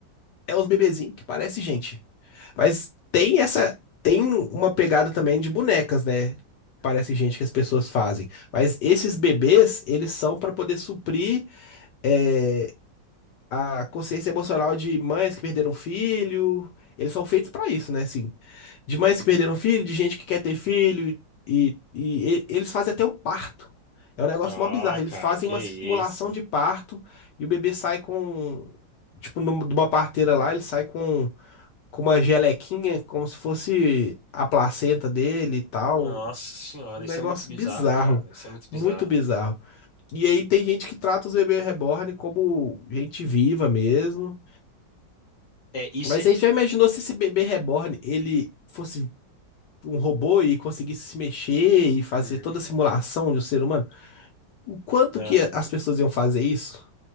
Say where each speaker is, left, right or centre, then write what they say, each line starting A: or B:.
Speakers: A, on the left; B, on the left.
A: É os bebezinhos que parece gente. Mas tem essa, tem uma pegada também de bonecas, né? Parece gente que as pessoas fazem. Mas esses bebês, eles são pra poder suprir eh, a consciência emocional de mães que perderam filho. Eles são feitos pra isso, né? Assim, de mães que perderam filho, de gente que quer ter filho. E, e e- eles fazem até um parto. É um negócio
B: Ah,
A: mó bizarro. Eles
B: cara,
A: fazem
B: que
A: uma simulação
B: isso?
A: de parto e o bebê sai com. Tipo, num- de uma parteira
B: Hum.
A: lá, ele sai com, com uma gelequinha, como se fosse a placenta dele e tal.
B: Nossa senhora,
A: Um
B: isso
A: negócio
B: é muito bizarro,
A: bizarro.
B: cara. Isso é muito bizarro.
A: Muito bizarro. E aí tem gente que trata os bebês reborn como gente viva mesmo.
B: É, isso
A: Mas
B: é.
A: aí já imaginou se esse bebê reborn ele fosse um robô e conseguisse se mexer e fazer
B: Hum,
A: toda a simulação de um ser humano? O quanto
B: ah.
A: que as pessoas iam fazer isso?